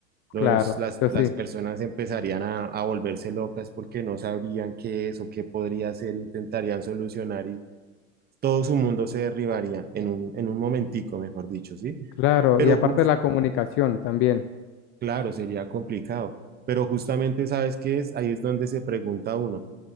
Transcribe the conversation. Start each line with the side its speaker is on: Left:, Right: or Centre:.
Right: Los,
Left: Claro,
Right: las,
Left: eso
Right: las
Left: sí,
Right: personas empezarían a, a volverse locas porque no sabrían qué es o qué podría ser, intentarían solucionar y todo su mundo se derribaría en un, en un momentico, mejor dicho, ¿sí?
Left: claro,
Right: Pero
Left: y aparte
Right: justo,
Left: la comunicación también,
Right: claro, sería complicado, pero justamente, ¿sabes qué es? Ahí es donde se pregunta uno.